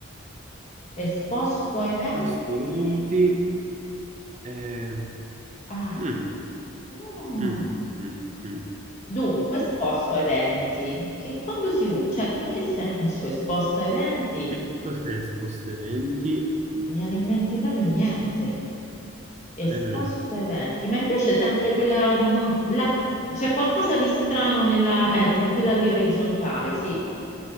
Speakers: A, on the left; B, on the right.
A: Esposto a eventi.
B: Posto ai 20. eh,
A: Ah.
B: mm,
A: mm.
B: mm, mm, mm.
A: Dunque, esposto a eventi, che quando si usa, cioè che in che senso esposto a eventi?
B: Che cos'è esposto ai 20?
A: Non mi viene in mente proprio niente. Esposto
B: Eh no,
A: a eventi, ma invece sempre quella, non- non- la- c'è qualcosa di strano nella, ecco, in quella lì orizzontale, sì.